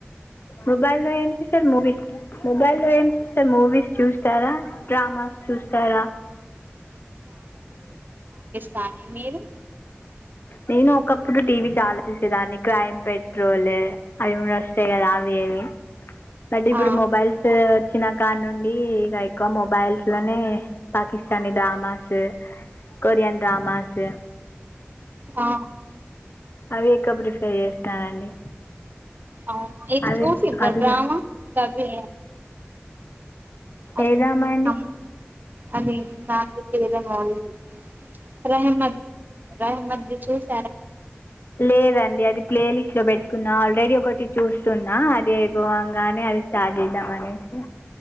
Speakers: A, on the left; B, on the right.
A: మొబైల్ లో ఏం చూసారు మూవీస్ మొబైల్ లో ఏం చూస్తారు మూవీస్ చూస్తారా డ్రామాస్ చూస్తారా
B: కానీ మీరు
A: నేను ఒకప్పుడు టీవీ చాలా చూసేదాన్ని క్రైమ్ పెట్రోల్ అవి కూడా వస్తాయి కదా అవి ఇవి బట్ ఇప్పుడు
B: ఆ
A: మొబైల్సు వచ్చిన కాడ నుండి ఇక ఎక్కువ మొబైల్స్ లోనే పాకిస్తానీ డ్రామాసు కొరియన్ డ్రామాసు
B: ఆ
A: అవి ఎక్కువ ప్రిఫేర్ చేస్తానండి.
B: అవును ఇది
A: అవి
B: చూసిర్రా
A: అవి
B: డ్రామా వే అది
A: ఏ డ్రామా అండి
B: <unintelligible> అది <unintelligible>
A: లేదండి అది ప్లేలి దాంట్లో పెట్టుకున్న ఆల్రెడీ ఒకటి చూస్తున్నా అది అయిపోవంగానే అది స్టార్ట్ చేద్దాం అనేసి